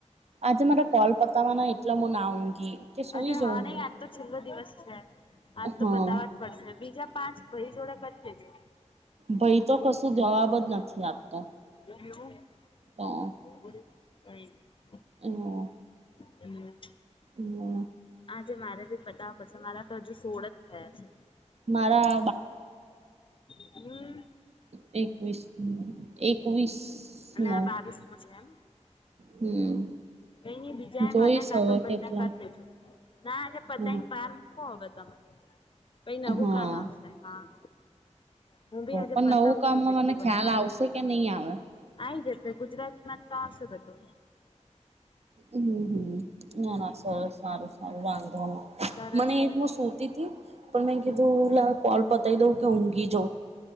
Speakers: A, on the right; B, on the left.
A: આજે મારે કોલ પતાવાના એટલે મુ ના ઊંઘી કે સુઈ
B: અરે
A: જઉં
B: હા, નહી,
A: હું
B: આજ તો છેલ્લો દિવસ છે આજ તો
A: હા
B: પતાવાજ પડશે બીજા પાંચ ભાઈ, જોડે કરી લેજો
A: ભાઈ, તો કશું જવાબ જ નથી. આપતા
B: એવુ
A: હ
B: કઈ, નહી
A: હા
B: <unintelligible>
A: આ
B: આજે, મારે ભી પતાવા પડશે મારા તો હજુ સોળ જ થયા છે.
A: મારા
B: હમ્મ
A: હ એકવીસ, એકવીસ
B: અને
A: નો
B: આ બાવીસમા છે, એમ
A: હમ
B: કઈ, ન બીજા
A: જોઈશ
B: એ મને કાતો
A: હવે
B: ભાઈને
A: કેટલા
B: કરી દેજો ના આજે પતાઈન,
A: હ
B: પાર મૂકો હવે તમે પઈ નવું
A: હા
B: કામ આવશે હા. હું ભી આજે
A: પણ
B: પતાવું
A: નવું કામમાં
B: છું જેટલું
A: મને
B: બને
A: ખ્યાલ
B: છે.
A: આવશે કે નહી આવે
B: આઈ જસે ગુજરાતમાં જ તો આવસે બધુ.
A: હમ. ના ના સરસ સારુ સારુ વાંધોની,
B: સરસ
A: મને એ
B: ને
A: જ હુ સૂતી હતી પણ મેં
B: હમ.
A: કીધુ લાવ કોલ પતાયી ડોઉ કે ઉંગી